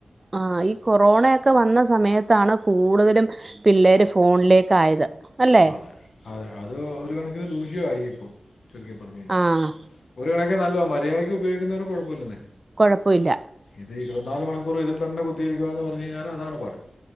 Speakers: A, on the right (about 30°); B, on the left (about 85°).
A: ആഹ് ഈ കൊറോണയൊക്കെ വന്ന സമയത്താണ് കൂടുതലും പിള്ളേര് ഫോണിലേക്കായത് അല്ലെ
B: അതെ അതെ അത് ഒരു കണക്കിന് ദൂഷ്യ ആയി ഇപ്പം ചുരുക്കി പറഞ്ഞു കഴിഞ്ഞ
A: ആഹ്
B: ഒരു കണക്കി നല്ലോ മര്യാദയ്ക്ക് ഉപയോഗിക്കുന്നോനു കുഴപ്പല്ലെന്നേ
A: കൊഴപ്പൊല്ല
B: ഇത് ഇരുപത്നാല് മണിക്കൂറും ഇതിൽ തന്നെ കുത്തിയിരിക്കുകന്ന് പറഞ്ഞു കഴിഞ്ഞാല് അതാണ് പാട്